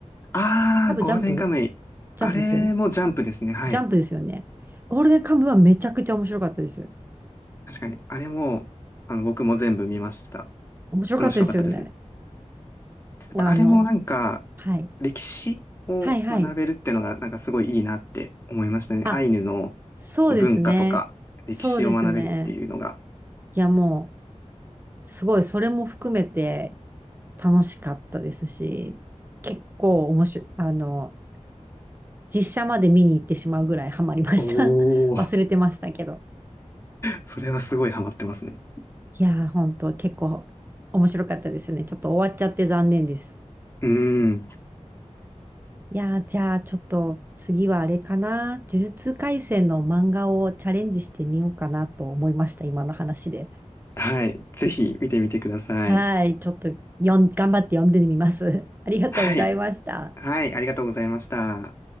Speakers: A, on the left; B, on the right.
A: あー、
B: 多分ジャンプ
A: ゴールデンカムイ。
B: ジャンプですよね。
A: あれもジャンプですね。はい。
B: ジャンプですよね。ゴールデンカムイはめちゃくちゃ面白かったです。
A: 確かに、あれも、あの、僕も全部見ました。
B: 面白かったですよね。
A: 面白かったですね。やっぱあれもなんか、
B: あの、はい。
A: 歴史を学べるってのが、
B: はいはい。
A: なんかすごいいいなって思いましたね。
B: あ、
A: アイヌの
B: そうですね。
A: こう文化とか、歴史を学べるっていうのが。
B: そうですね。いや、もう、すごい、それも含めて楽しかったですし、結構面白い、あの、実写まで見に行ってしまうぐらいハマりました。
A: おお。
B: <laughs> 忘れてましたけど。
A: それはすごいハマってますね。
B: いやー、本当結構面白かったですね。ちょっと終わっちゃって残念です。
A: うーん。
B: いやー、じゃあ、ちょっと次はあれかな。呪術廻戦の漫画をチャレンジしてみようかなと思いました、今の話で。
A: はい。ぜひ見てみてください。
B: はい、ちょっとよん、頑張って読んでみます。<laughs> ありがとうございました。
A: はい。はい。ありがとうございました。